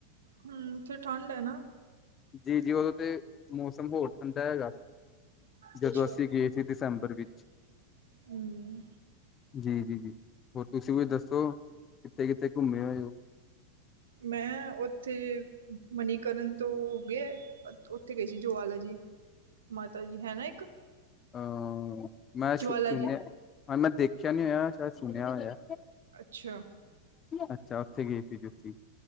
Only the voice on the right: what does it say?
ਹਮ ਉੱਥੇ ਠੰਡ ਐ ਨਾ।
ਅੱਛਾ
ਹਮ
ਮੈਂ, ਉੱਥੇ, ਮਨੀਕਰਨ ਤੋਂ, ਗੇ ਉੱਥੇ ਗਏ ਸੀ ਜਵਾਲਾ ਜੀ, ਮਾਤਾ ਜੀ ਹੈ ਨਾ ਇੱਕ।
ਜੁਆਲਾ
ਜੀ
ਅੱਛਾ।